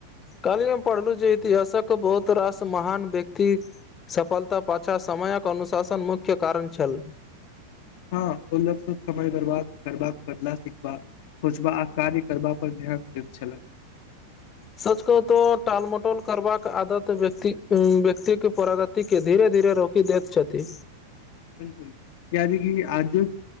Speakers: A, on the left; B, on the left.
A: काल्हि हम पढ़लु जे इतिहासक बहुत रास महान व्यक्ति सफलता पाछा समयक अनुशासन मुख्य कारण छल
B: हँ ओ लोक सब समय बरबाद करबाक बदला सिखबाक खोचबा आ कार्य करबा पर ध्यान दैत छलए
A: सच कहु तो टालमटोल करबाक आदत व्यक्ति उ व्यक्ति के प्रगत ती के धीरे धीरे रोकि दैत छथि
B: बिल्कुल यादि कि आजु